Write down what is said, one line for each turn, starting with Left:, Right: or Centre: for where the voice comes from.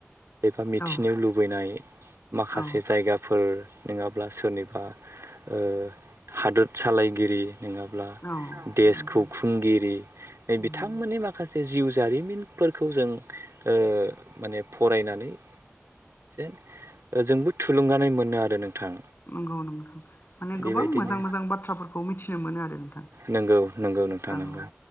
Right: एबा मिथिनो
Left: औ
Right: लुबैनाय माखासे
Left: औ
Right: जायगाफोर नोङाब्ला सोरनिबा ओ हादोत सालायगिरि नोङाब्ला
Left: औ
Right: देशखौ
Left: नंगौ
Right: खुंगिरि नै
Left: उम
Right: बिथांमोननि माखासे जिउ जारिमिनफोरखौ जों ओ माने फरायनानै जेन जोंबो थुलुंगानाय मोनो आरो नोंथां
Left: नंगौ नंगौ माने
Right: बेबायदिनो
Left: गोबां मोजां मोजां बाथ्राफोरखौ मिथिनो मोनो आरो नोंथां
Right: नंगौ नंगौ नोंथां
Left: औ
Right: नंगौ